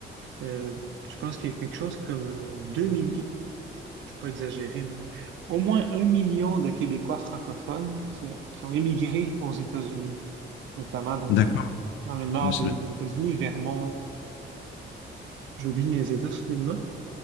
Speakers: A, on the right (about 70°); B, on the left (about 75°).
A: euh, je pense qu'il y a quelque chose comme euh, 2 millions, je ne vais pas exagérer, mais au moins un million de Québécois francophones qui, a- qui ont émigré aux États-Unis notamment dans,
B: D'accord.
A: dans, dans le nord
B: Mais ça
A: des,
B: doit- être-
A: des États-Unis, Vermont, j'oublie mes États soudainement.